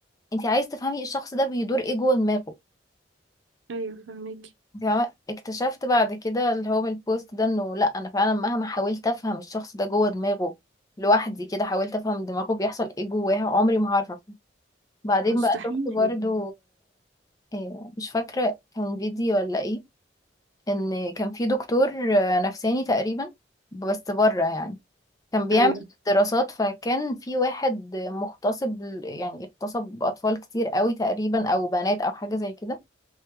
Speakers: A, on the left (about 20°); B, on the right (about 85°).
A: انت عايز تفهمي الشخص ده بيدور ايه جوه دماغه
B: ايوه فاهمك
A: تمام اكتشفت بعد كده اللي هو من البوست ده انه لا انا فعلا مهما حاولت افهم الشخص ده جوه دماغه لوحدي كده حاولت افهم دماغه بيحصل ايه جواها عمري ما هعرف أفهم. بعدين
B: مستحيل
A: بقى شفت برضو آه، مش فاكرة كان فيديو ولا ايه ان كان في دكتور آه، نفساني تقريبا بس بره يعني كان بيعمل
B: ايوه
A: دراسات فكان في واحد مغتصب يعني اغتصب اطفال كتير قوي تقريبا او بنات او حاجة زي كده